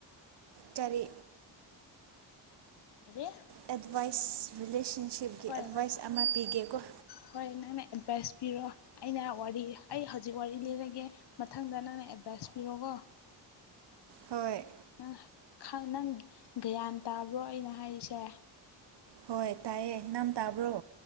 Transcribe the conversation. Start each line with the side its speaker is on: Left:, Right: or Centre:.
Right: ꯀꯔꯤ
Left: ꯑꯗꯦ
Right: ꯑꯦꯗꯚꯥꯏꯁ ꯔꯤꯂꯦꯁꯟꯁꯤꯞꯀꯤ
Left: ꯍꯣꯏ
Right: ꯑꯦꯗꯚꯥꯏꯁ ꯑꯃ ꯄꯤꯒꯦꯀꯣ
Left: ꯍꯣꯏ ꯅꯪꯅ ꯑꯦꯠꯚꯥꯏꯁ ꯄꯤꯔꯣ ꯑꯩꯅ ꯋꯥꯔꯤ ꯑꯩ ꯍꯧꯖꯤꯛ ꯋꯥꯔꯤ ꯂꯤꯔꯒꯦ ꯃꯊꯪꯗ ꯅꯪꯅ ꯑꯦꯗꯚꯥꯏꯁ ꯄꯤꯔꯣꯀꯣ
Right: ꯍꯣꯏ
Left: ꯅꯪ ꯅꯪ ꯒ꯭ꯌꯥꯟ ꯇꯥꯕ꯭ꯔꯣ ꯑꯩꯅ ꯍꯥꯏꯔꯤꯁꯦ
Right: ꯍꯣꯏ ꯇꯥꯏꯌꯦ ꯅꯪ ꯇꯥꯕ꯭ꯔꯣ